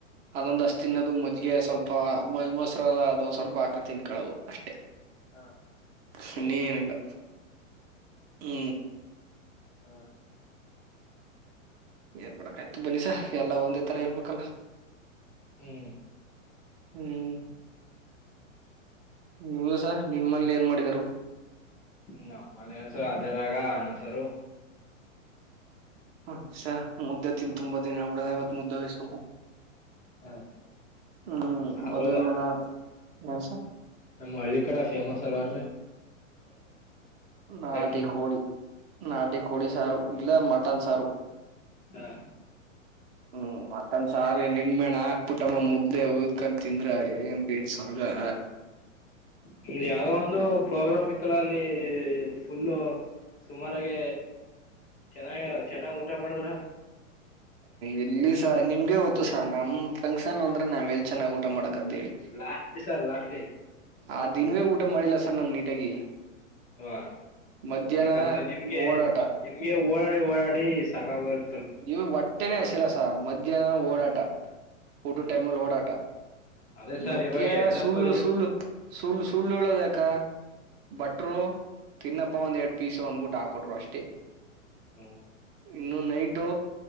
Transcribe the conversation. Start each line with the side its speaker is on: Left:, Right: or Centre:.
Right: ಅದೊಂದು
Left: ಹ್ಮ್
Right: ಅಷ್ಟ ತಿನ್ನದು ಮಜ್ಜಿಗೆ ಸ್ವಲ್ಪ ಮ ಮೊಸರಾದ ಅದೊಂದ್ ಸ್ವಲ್ಪ ಹಾಕ ತಿನ್ಕಳೋದು ಅಷ್ಟೇ
Left: ಹಾ
Right: ಸಿನ್ನಿನಿ ಏನಿಲ್ಲ ಹ್ಮ
Left: ಹಾ
Right: ಏನ್ ಮಾಡಕ್ ಆಯ್ತು ಬನ್ನಿಸಾ ಎಲ್ಲಾ ಒಂದೇ ತರ ಇರ್ಬೇಕಲ್ಲ
Left: ಹ್ಮ್
Right: ಹ್ಮ್ ನಿಮ್ದಸ ನಿಮ್ಮಲ್ಲಿ ಏನ್ ಮಾಡಿದಿದರು
Left: ನಮ್ಮ ಮನೆ ಸಹ ಅದೇ ರಾಗ ಅನ್ನಸರು
Right: ಹಸ ಮುದ್ದೆ ತಿನ್ ತುಂಬಾ ದಿನ ಆಗ್ಬಿಡದ ಇವತ್ ಮುದ್ದೆ ಬಯಿಸ್ಬೇಕು
Left: ಹ
Right: ಹ್ಮ್
Left: ಅದ
Right: ಮದುವೆ ಮನ ಏನ್ಸ
Left: ನಮ್ಮ್ ಹಳ್ಳಿ ಕಡೆ ಫೇಮಸ್ ಅಲ್ವ್ರೀ
Right: ನಾಟಿ
Left: ಮುದ್ದೆ
Right: ಕೋಳಿ ನಾಟಿ ಕೋಳಿ ಸಾರು ಇಲ್ಲ ಮಟನ್ ಸಾರು
Left: ಹ
Right: ಹ್ಮ್ ಮತ್ತೊಂದ ಸಾರಿಗೆ ನಿಮ್ಮಣ ಆಾಕ್ ಕುಟಂಬ ಮುದ್ದೆ ಅಕಂತ ತಿಂದ್ರ ಏನ್ ಬಿ ಸ್ವರ್ಗಯ
Left: ನಿಮ್ದ್ ಯಾವ್ದೋ ಒಂದು ಪ್ರೋಗ್ರಾಮ್ ಇತ್ತಲ್ಲ ಅಲ್ಲಿ ಫುಲ್ಲ ಸುಮಾರಾಗ ಚೆನ್ನಾಗ ಚೆನ್ನಾಗ್ ಊಟ ಮಾಡಿದ್ರ
Right: ಎಲ್ಲಿ ಸ ನಿಮ್ಗೆ ಗತ್ತು ಸ ನಮ್ ಫಂಕ್ಷನ್ ಅಂದ್ರೆ ನಾವ್ ಎಲ್ಲಿ ಚೆನ್ನಾಗ್ ಊಟ ಮಾಡಕದೇಳಿ
Left: ಲಾಸ್ಲಿ ಸರ್ ಲಾಸ್ಟ್ಲಿ
Right: ಆ ದಿನವೇ ಊಟ ಮಾಡಿಲ್ಲ ಸರ್ ನಮ ನೀಟಾಗಿ
Left: ಹ
Right: ಮಧ್ಯಾಹ್ನ
Left: ಯಾಕಂದ್ರೆ ನಿಮ್ಗೆ
Right: ಓಡಾಟ
Left: ನಿಮ್ಗೆ ಓಡಾಡಿ ಓಡಾಡಿ ಸಕಾಗರ್
Right: ಇವು ಒಟ್ಟೆನೆೇ ಹಸಿಲ್ಲ ಸ ಮಧ್ಯಾಹ್ನ ಓಡಾಟ
Left: ಹ
Right: ಪುಟು
Left: ಹ್ಮ್
Right: ಟೈಮಲ್ಲಿ ಓಡಾಟ
Left: ಅದೇ ಸರ್
Right: ಮಧ್ಯ್ಯಾ
Left: ಇವಾಗ ಎಕ್ಸಾಂಪಲ್
Right: ಸುಳ್ಳು
Left: ಹೇಳಿದ
Right: ಸುಳ್ಳು ಸುಳ್ಳು ಸುಳ್ಳು ಹೇಳದ ಬಟ್ರು ತಿನ್ನಪ್ಪ ಒಂದ ಎರಡ್ ಪೀಸ್ ಒಂದ್ ಬುಟ್ ಹಾಕೊಟ್ರು ಅಷ್ಟೇ
Left: ಹ್ಮ್
Right: ಇನ್ನುೂ ನೈಟು